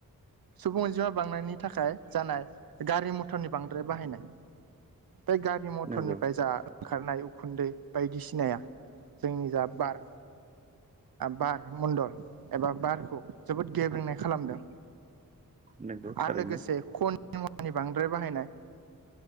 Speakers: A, on the right; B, on the right.
A: सुबुं अनजिमा बांनायनि थाखाय जानाय गारि मथरनि बांद्राय बाहायनाय बेफ्राय गारि मथरनिफ्राय
B: नंगौ
A: जा ओंखारनाय उखुन्दै बायदिसिनाया जोंनि जा बार बार मण्डल एबा बारखौ जोबोद गेब्रेंनाय खालामदों
B: नंगौ
A: आरो
B: थारैनो
A: लोगोसे ख मु बांद्राय बाहायनाय